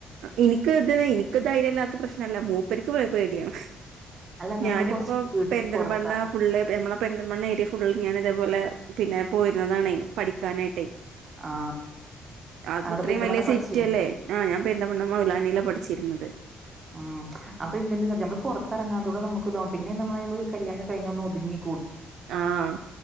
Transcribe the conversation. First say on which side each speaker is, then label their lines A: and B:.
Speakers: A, on the right; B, on the right.
A: ഇനിക്ക് ഇത് ഇനിക്ക് ധൈര്യല്ലാത്ത പ്രശ്നല്ല മൂപ്പർക്ക് പോടിയാ
B: അല്ല നമ്മള്
A: ഞാനിപ്പോ
B: കുറച്ച് വീട്ടിൽ
A: പെര്ന്തൽമണ്ണ
B: പുറത്തിറങ്ങ
A: ഫുള്ള് ഞമ്മളെ പെര്ന്തൽമണ്ണ ഏരിയ ഫുള്ള് ഞാൻ ഇതേപോലെ പിന്നെ പോയിനിന്നതാണേ പഠിക്കാനായിട്ടേ-
B: ആ
A: അതിത്രയും
B: അവിടെ പെരിന്തൽമണ്ണ
A: വലിയ
B: പഠിച്ചിരുന്നു
A: സിറ്റി അല്ലേ, ആഹ് ഞാൻ <inaudible> മൗലാനീലാ പഠിച്ചിര്ന്നത്.
B: ആഹ് അപ്പൊ <unintelligible> ഞമ്മള് പുറത്തിറങ്ങാത്തോടെ നമു തോനുംപിന്നെ <unintelligible> കല്യാണെ കഴിഞ്ഞാ ഒന്ന് ഒത്ങ്ങി
A: ആഹ്,